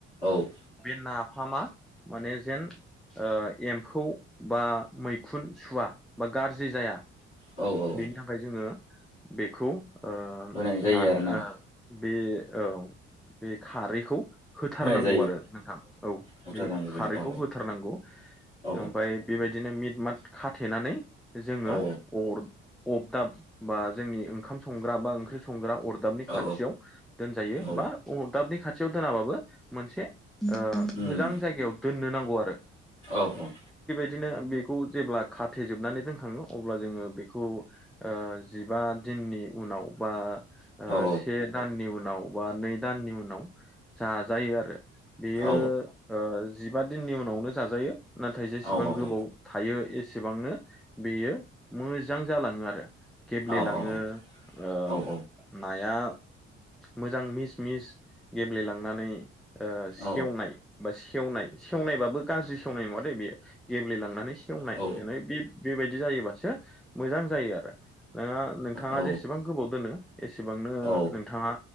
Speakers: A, on the left (about 80°); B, in the centre.
A: औ
B: बे ना फामा माने जेन ओ एम्फौ बा मैखुन सुवा बा गाज्रि जाया
A: औ औ
B: बेनि थाखाय जोङो बेखौ ओ
A: होनाय जायो
B: नारहो
A: आरोना
B: बे औ बे खारैखौ होथारनांगौ
A: होनाय जायो
B: आरो नोंथां औ
A: बुथारनांगौ
B: बे खारैखौ
A: जायो औ
B: होथारनांगौ
A: औ
B: ओमबाय बेबायदिनो मिट मात खाथेनानै जोङो
A: औ
B: अर अबदाब बा जोंनि ओंखाम संग्राबा ओंख्रि संग्रा अरदाबनि
A: औ
B: खाथियाव दोजायो
A: औ
B: बा अदाबनि खा थियाव दोनाबाबो मोनसे ओ
A: उम
B: मोजां जायगायाव दोननो नांगौ आरो
A: औ औ।
B: बिदिनो बेखौ जेब्ला खाथेेजोबनानै दोनखाङो अब्ला जोङो बेखौ ओ जिबा दिननि उनाव बा ओ
A: औ
B: से दान नि उनाव बा नै दाननि उनाव जाजायो आरो बेयो
A: औ
B: ओ जिबा दिननि उनावनो जाजायो नाथाय
A: औ
B: जेसेबां गोबाव थायो एसेबांनो बेयो मोजां जालाङो आरो गेब्लेलाङो
A: औ औ
B: ओ
A: औ औ
B: नाया मोजां मिस मिस गेब्लेलांनानै ओ सेवनाय
A: औ
B: बा सेवनाय सेवनायबाबो गाज्रि सेवनाय नङा दैे बियो गेब्लेेलांनानै सेवनाय
A: औ
B: माने बे बेबायदि जायोबासो मोजां जायो आरो नोंङा नोंथाङा
A: औ
B: जेसेबां गोबाव दोनो एसेबांनो
A: औ उम औ
B: नोंथाङा